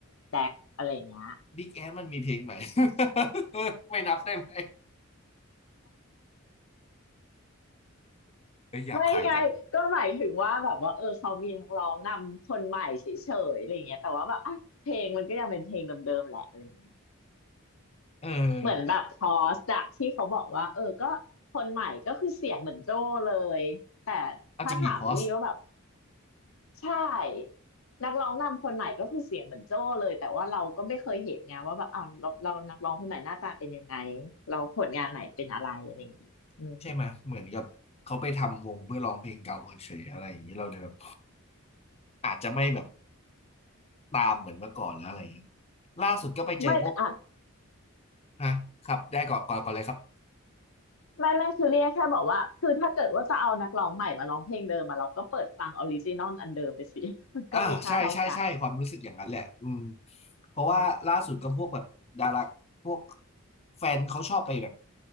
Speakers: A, on the left (about 70°); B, on the left (about 30°).
A: แดกอะไรอย่างเงี้ย
B: บิ๊กแอมันมีเพลงใหม่ <laughs> ไม่นับได้ไหมเออหยาบคายจัง
A: ไม่ไงก็หมายถึงว่าแบบว่าเออเขามีนักร้องนำคนใหม่เฉยๆอะไรอย่างเงี้ยแต่ว่าแบบอ่ะเพลงมันก็ยังเป็นเพลงเดิมๆแหละอะไรอย่างเงี้ย
B: เออ
A: เหมือนแบบพอสอะที่เขาบอกว่าเออก็คนใหม่ก็คือเสียงเหมือนโจ้เลยแต่
B: เอาจริงดิพอส
A: ถ้าถามลีว่าแบบใช่นักร้องนำคนใหม่ก็คือเสียงเหมือนโจ้เลยแต่ว่าเราก็ไม่เคยเห็นไงว่าแบบเอาเราเรานักร้องคนไหนหน้าตาเป็นยังไงเราผลงานไหนเป็นอะไรอะไรอย่างเงี้ยอืม
B: ใช่ไหมเหมือนกับเขาไปทำวงเพื่อร้องเพลงเก่าเฉยๆอะไรอย่างนี้เราเลยแบบอาจจะไม่แบบตามเหมือนเมื่อก่อนแล้วอะไรอย่างนี้ล่าสุดก็ไปเจอพวก
A: ไม่แต่อ่ะ
B: นะครับได้ก่อนก่อนก่อนเลยครับ
A: ไม่ไม่คือเรียกแค่บอกว่าคือถ้าเกิดว่าจะเอานักร้องใหม่มาร้องเพลงเดิมมาเราก็เปิดฟังออริจินอลอันเดิมไปสิ <laughs> มันก็มีค่าเท่ากัน
B: อ่าใช่ใช่ใช่ความรู้สึกอย่างนั้นแหละอืมเพราะว่าล่าสุดก็พวกแบบดาราพวก
A: อืม
B: แฟนเขาชอบไปแบบ